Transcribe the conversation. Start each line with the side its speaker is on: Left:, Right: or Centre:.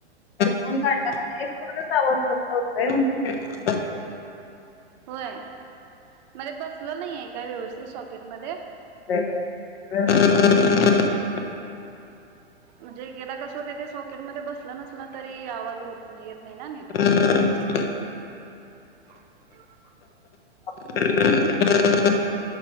Left: <inaudible> हे पूर्ण आवाज बंद होतय म्हणून.
Right: होय मध्ये बसलं नाही आहे का व्यवस्थित सॉकेट मध्ये.
Left: <inaudible> <unintelligible>
Right: म्हणजे गदा कसं हो तेे सॉकेटमध्येध्ये बसलं नसल तरी आवाज होत येत नाही निट.
Left: हम्
Right: <inaudible>
Left: <inaudible>